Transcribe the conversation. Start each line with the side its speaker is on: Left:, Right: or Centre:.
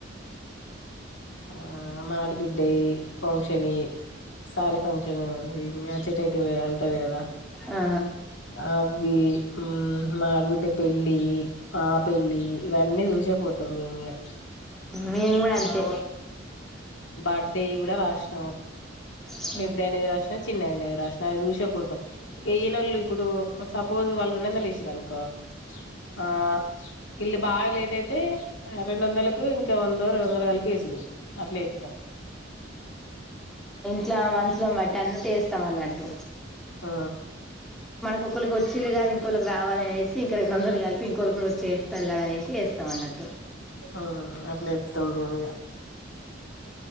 Left: ఆ మా ఆడబిడ్డయి ఫంక్షనీ సారీ ఫంక్షన్ మ్యాచట్ అయితే అంటది కదా
Centre: ఆ.
Left: ఆవి. ఉ మా ఆడబిడ్డ పెళ్లి మా పెళ్లి ఇవన్నీ చూసే పోతాం మేము ఇక.
Centre: మేము కూడా అంతె
Left: బర్త్డే కూడా రాసినాం
Centre: ఆ
Left: పెద్దయిైనది రాసిన చిన్న అనది రాసిన అవి చూసేపోతాం ఏయ నోళ్ళు ఇప్పుడు సపోజ రోజు వాళ్ళు రెండు వందలు వేసిారు అనుకో ఆ ఇల్లు బాగా లేట్ అయితే రెండు వందలకు ఇంకా వంద రెండు వందలు కలిపి వేసడు అట్లా ఎత
Centre: ట్లా మనుషులామ్ అన్నట్టు వేన్నేస్తాం అన్నట్టు.
Left: ఆ
Centre: కుక్కలు కో చిల్లిగాదు ఇంకోకళకి రావాల అనేసి ఇంక రెండు వందలు కలిపి ఇంకోకళ కూడా వచ్చేస్తారుగద అనేసిేస్తాం అన్నటు.
Left: ఆ అట్లే ఎత్తం ఈగ